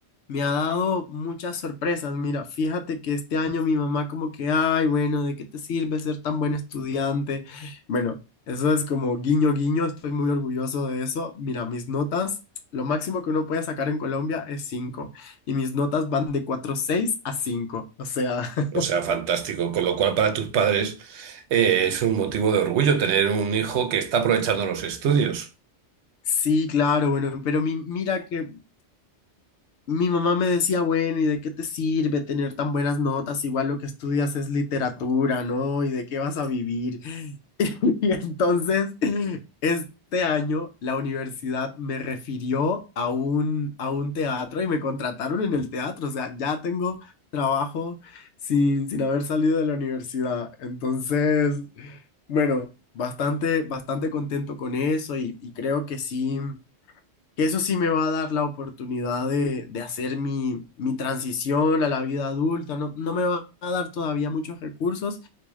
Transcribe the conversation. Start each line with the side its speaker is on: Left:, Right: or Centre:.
Left: me ha dado muchas sorpresas. Mira, fíjate que este año mi mamá como que, ay, bueno, ¿de qué te sirve ser tan buen estudiante? Bueno, eso es como guiño, guiño, estoy muy orgulloso de eso. Mira, mis notas, lo máximo que uno puede sacar en Colombia es 5 y mis notas van de cuatro punto seis a cinco O sea, <laughs>
Right: O sea, fantástico. Con lo cual, para tus padres, eh, es un motivo de orgullo tener un hijo que está aprovechando los estudios.
Left: sí, claro, bueno, pero mi- mira que Mi mamá me decía, bueno, ¿y de qué te sirve tener tan buenas notas? Igual lo que estudias es literatura, ¿no? ¿Y de qué vas a vivir? <laughs> Y entonces, este año la universidad me refirió a un, a un teatro y me contrataron en el teatro. O sea, ya tengo trabajo sin, sin haber salido de la universidad. Entonces, bueno, bastante, bastante contento con eso y, y creo que sí que eso sí me va a dar la oportunidad de, de hacer mi, mi transición a la vida adulta. No, no me va a dar todavía muchos recursos,